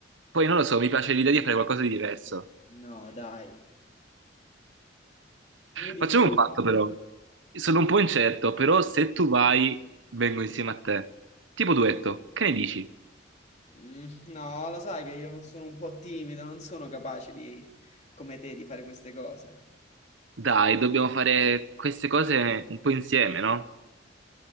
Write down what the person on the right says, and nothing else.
poi non lo so, mi piace l'idea di fare qualcosa di diverso.
Facciamo
un patto però. Sono un po' incerto, però se tu vai, vengo insieme a te. Tipo duetto, che ne dici?
Dai, dobbiamo fare queste cose un po' insieme, no?